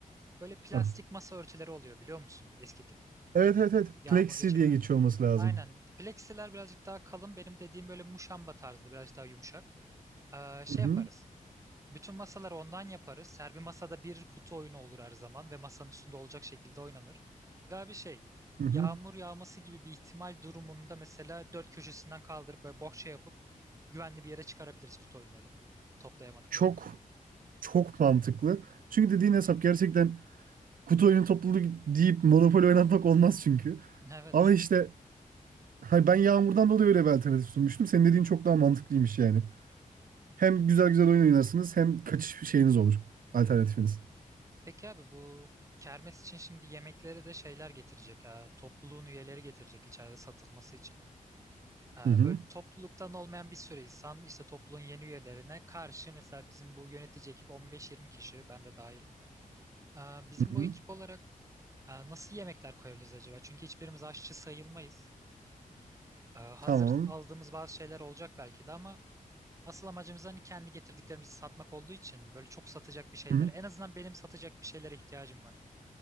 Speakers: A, on the right; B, on the right.
A: Böyle plastik
B: Hah.
A: masa örtüleri oluyor biliyor musun? Eski tip.
B: Evet evet evet.
A: Yağmur
B: Plexi
A: geçirmeyen.
B: diye geçiyor olması lazım.
A: Aynen. Plexiler birazcık daha kalın. Benim dediğim böyle muşamba tarzı. Birazcık daha yumuşak. Ee, şey
B: Hı
A: yaparız.
B: hı,
A: Bütün masaları ondan yaparız. Her bir masada bir kutu oyunu olur her zaman. Ve masanın üstünde olacak şekilde oynanır. Ve bir şey.
B: hı
A: Yağmur
B: hı.
A: yağması gibi bir ihtimal durumunda mesela dört köşesinden kaldırıp böyle bohça yapıp güvenli bir yere çıkarabiliriz kutu oyunlarını. Toplayamadıklarımızı.
B: Çok çok mantıklı. Çünkü dediğin hesap gerçekten kutu oyunu topluluğu deyip Monopoly oynatmak olmaz çünkü.
A: <laughs> Evet.
B: Ama işte hay ben Yağmur'dan dolayı öyle bir alternatif sunmuştum. Senin dediğin çok daha mantıklıymış yani. Hem
A: Hı.
B: güzel güzel oyun oynarsınız hem kaçış şeyiniz olur. Alternatifiniz.
A: Peki abi bu kermes için şimdi yemeklere de şeyler getirecek. e, topluluğun üyeleri getirecek içeride satılması için. E,
B: Hı hı,
A: böyle topluluktan olmayan bir sürü insan işte topluluğun yeni üyelerine karşı mesela bizim bu yönetici ekip 15-20 kişi ben de dahil. E, bizim
B: hı
A: bu
B: hı.
A: ekip olarak e, nasıl yemekler koyabiliriz acaba? Çünkü hiçbirimiz aşçı sayılmayız. E, hazır
B: Tamam.
A: aldığımız bazı şeyler olacak belki de ama asıl amacımız hani kendi getirdiklerimizi satmak olduğu için böyle çok satacak bir şeyler.
B: Hı hı.
A: En azından benim satacak bir şeylere ihtiyacım var.